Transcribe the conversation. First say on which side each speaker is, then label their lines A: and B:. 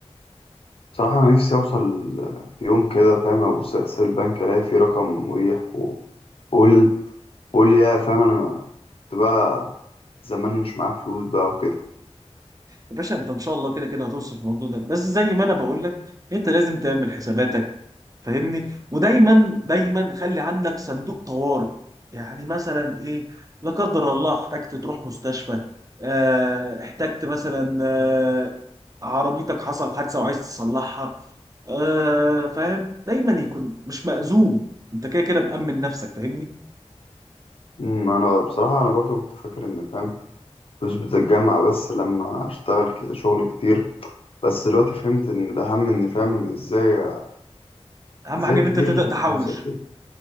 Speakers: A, on the left; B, on the right.
A: صراحة أنا نفسي أوصل في يوم كده فاهم أبص على حساب البنك ألاقي فيه رقم مريح و- وأقول أقول يا فاهم أنا ما- كنت بقى زمان مش معايا فلوس بقى وكده
B: يا باشا انت ان شاء الله كده كده هتوصل في الموضوع ده بس زي ما انا بقول لك انت لازم تعمل حساباتك فاهمني ودايما دايما خلي عندك صندوق طوارئ يعني مثلا ايه لا قدر الله احتجت تروح مستشفى اه احتجت مثلا اه عربيتك حصل حادثة وعايز تصلحها اه فاهم دايما يكون مش مأزوم انت كده كده مأمن نفسك فاهمني
A: أمم، أنا بصراحة أنا برضو كنت فاكر إن فاهم فلوس بتتجمع بس لما أشتغل كده شغل كتير بس دلوقتي فهمت ان الاهم اني فاهم ازاي
B: اهم
A: ازاي
B: حاجة
A: تدير
B: ان انت تبدأ تحوش
A: فلوسك يعني.